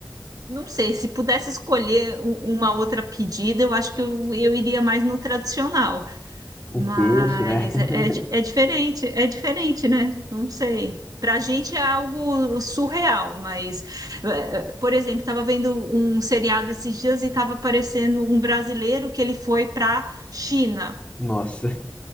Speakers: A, on the right (about 55°); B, on the left (about 15°).
A: não sei, se pudesse escolher u- uma outra pedida, eu acho que eu, eu iria mais no tradicional.
B: O
A: Mas
B: peixe, né? <laughs>
A: é, é, di- é diferente, é diferente, né? Não sei. Para a gente é algo surreal, mas, eh, eh, por exemplo, estava vendo um seriado esses dias e estava aparecendo um brasileiro que ele foi para China.
B: Nossa.